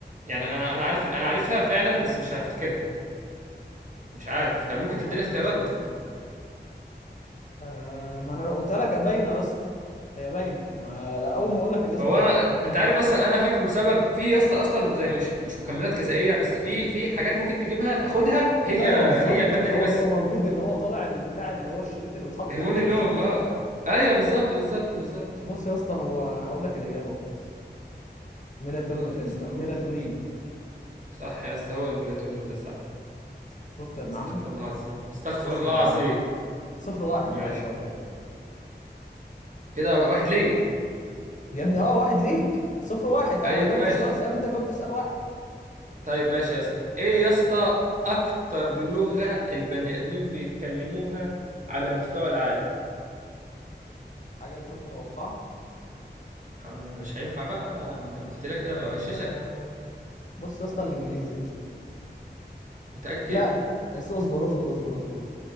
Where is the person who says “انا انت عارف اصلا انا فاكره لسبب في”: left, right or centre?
Right